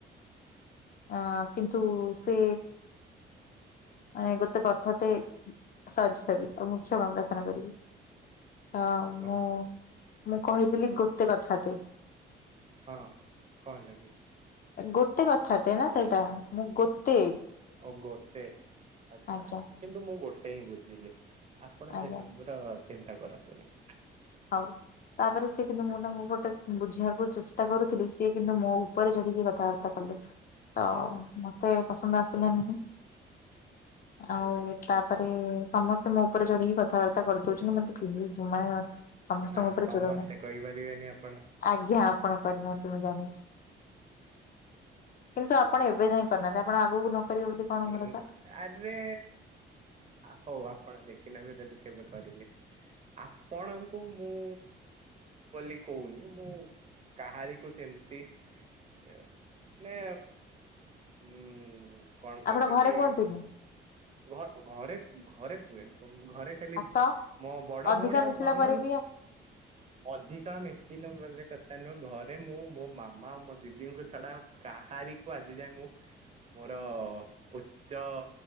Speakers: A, on the left; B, on the right.
A: ଆ କିନ୍ତୁ ସେ ଆ ଗୋଟେ କଥା ତ ସରି ସରି ଆଉ ମୁଖଷମ ପ୍ରାର୍ଥନା କରିବି ହ
B: କଣ
A: ମୁଁ ମୁଁ କହିଥିଲି ଗୋଟେ କଥା କେ
B: ହଁ କଣ ଲାଗି
A: ଗୋଟେ କଥାଟେ ନା ସେଇଟା ମୁଁ ଗୋତେ
B: ଓ ଗୋଟେ ଆଚ୍ଛା
A: ଆଜ୍ଞା
B: କିନ୍ତୁ ମୁଁ ଗୋଟେ ହିଁ ବୁଝିଲି ଆପଣ
A: ଆଜ୍ଞା
B: ସେ ସବୁୁଟ ଚିନ୍ତା କରନ୍ତୁନି
A: ହଉ ତାପରେ ସେଏ କିନ୍ତୁ ମୁଁ ତାଙ୍କୁ ଗୋଟେ ବୁଝିବାକୁ ଚେଷ୍ଟା କରୁଥିଲି ସିଏ କିନ୍ତୁ ମୋ ଉପରେ ଚଢ଼ିକି କଥାବାର୍ତ୍ତା କଲା ତ ମତେ ପସନ୍ଦ ଆସିଲେ ନାହିଁ ଆଉ ତାପରେ ସମସ୍ତେ ମୋ ଉପରେ ଚଢିକି କଥାବାର୍ତ୍ତା କରିଦଉଛନ୍ତି ମତେ ସମସ୍ତଙ୍କ
B: ନା
A: ଉପରେ
B: ସମସ୍ତେ
A: ଚୋର
B: କହିପାରିବେନି ଆପଣ
A: ଆଜ୍ଞା ନାହାନ୍ତି ମୁଁ ଜାଣିଛି କିନ୍ତୁ ଆପଣ ଏବେ ଯାଇ କରିନାହାନ୍ତି ଆପଣ ଆଗକୁ ନ କରିବେ ବୋଲି କଣ
B: ହଁ
A: ଭରସା
B: ଆରେ ହଉ ଆପଣ ଦେଖ ଦେଖ ନେବେ ଯଦି କେବେ କରିଲେ ଆପଣଙ୍କୁ ମୁଁ ବୋଲି କହୁନି ମୁଁ କାହାରିକୁ ସେମିତି ମାନେ ହୁଁ କଣ କୁହନ୍ତି
A: ଆପଣ ଘରେ
B: ସେ
A: କୁହନ୍ତୁନି।
B: ଘ ଘରେ ଘରେ କୁଏ ଘରେ ଖାଲି
A: ଭାତ
B: ମୋ ବଡ
A: ଅଧିକ
B: ଭଉଣୀ ଆଉ
A: ମିଶିଲା
B: ମାମାଙ୍କୁ
A: ପରେ ବି
B: ଅଧିକା ମିଶିଲେ ବ କଥା ନୁହଁ ଘରେ ମୁଁ ମୋ ମା ମାମା ଆଉ ମୋ ଦିଦିଙ୍କୁ ଛାଡା ଆଉ କାହାରି କୁ ଆଜି ଯାଇ ମୁଁ ମୋର ଓ ଉଚ୍ଚ